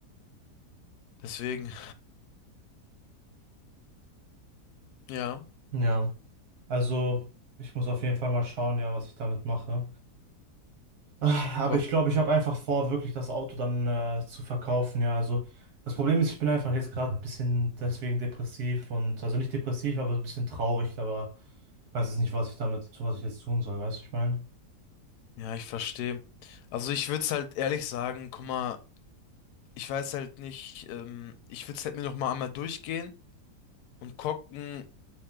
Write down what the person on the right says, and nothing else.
Ja, also ich muss auf jeden Fall mal schauen, ja, was ich damit mache. Ah,
Aber ich glaube, ich habe einfach vor, wirklich das Auto dann äh, zu verkaufen. Ja, also das Problem ist, ich bin einfach jetzt gerade ein bisschen deswegen depressiv und also nicht depressiv, aber so ein bisschen traurig. Aber ich weiß jetzt nicht, was ich damit, was ich jetzt tun soll. Weißt du, ich meine,